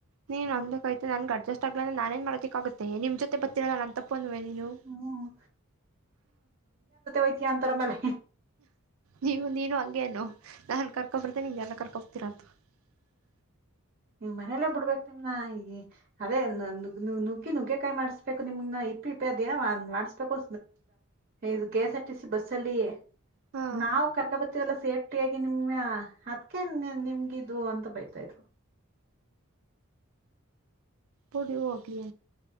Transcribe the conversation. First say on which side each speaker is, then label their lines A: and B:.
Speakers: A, on the right; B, on the right.
A: ನೀನ್ ನೊಂದ ಕೈತೆ ನನ್ಗೆ ಅಡ್ಜಸ್ಟ್ ಆಗ್ಲ ಅ್ರ ನನ್ ನ್ ಮಾಡೋಕ್ಕಾಗುತ್ತೆ ನಿಮ್ೊತೆ ಬರ್ತ್ತನಲ್ಲ ನಂದೇ ತಪ್ಪು ಅ ಒಪ್ಪನ್ವನು
B: ಹ್ಮ್ ಐತಿ ಅಂತರ ಮೇಲೆ
A: ನೀವು ನೀನು ಹಂಗೇನು ನಾನ್ ಕರ್ಕೊಬಿರ್ತೇನೆ ನಿನ ಕರ್ಕೊತೀರಾಂತ <unintelligible>
B: ನಿವ್ ಮನೇಲ್ಲೇ ಬಿಡ್ಬೇಕ್ ನಿಮ್ನ ಈ ಅದೇಗ್್ ನುಗ್ಗಿ ನುಗ್ಗೆಕಾಯಿ ಮಾಡ್ಸ್ಬೇಕು ನಿಮ್ನ ಇಪ್ಪ ಇಪ್ಪೆ ಅದೇನ ಮಾಡ್ಸ್ಬೇಕು ಇದು K S R T C bus ಅಲ್ಲಿ
A: ಹಾಂ
B: ನಾವು ಕರ್ಕ ಬತೀವಲ್ಲ ಸೇಫ್ಟಿಿಯಾಗಿಿ ನಿಮ್ ಅದಕ ನಿಮ್ಗಿದದು ಬೈತಾ ಇದ್ರು
A: ಕೊಡಿ ಹೋಗ್ಲಿ